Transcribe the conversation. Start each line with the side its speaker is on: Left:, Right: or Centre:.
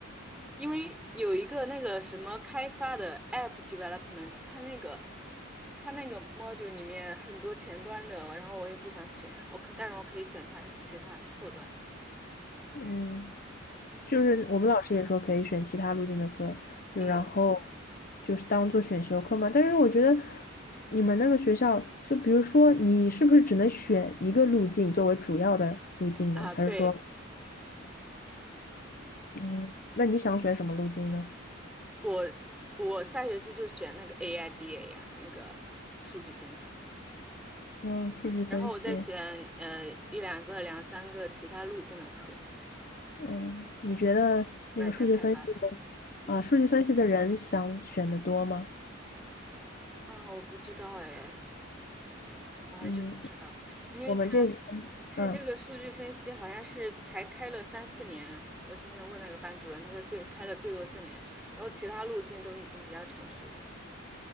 Centre: 因为有一个那个什么开发的 app development，它那个它那个 module 里面很多前端的，然后我又不想选，我可但是我可以选它其他后端的。
Left: 嗯，就是我们老师也说可以选其他路径的课，
Centre: 嗯，
Left: 就然后就是当做选修课嘛。
Centre: 嗯
Left: 但是我觉得你们那个学校，就比如说你是不是只能选一个路径作为主要的路径呢？
Centre: 啊，
Left: 还是说，
Centre: 对，
Left: 嗯，那你想选什么路径呢？
Centre: 我我下学期就选那个 AIDA 呀、那个数据分析，
Left: 嗯，数据分析，
Centre: 然后我再选呃一两个、两三个其他路径的课，
Left: 嗯，你觉得那个数据分析的啊，
Centre: 软件开发的。嗯
Left: 数据分析的人想选的多吗？
Centre: 嗯，我不知道哎，我还真不知道，
Left: 嗯，
Centre: 因为他
Left: 我们这边，
Centre: 他这个数据分析好像是才开了三四年。
Left: 嗯
Centre: 我今天问那个班主任，他说最开了最多四年，然后其他路径都已经比较成熟了。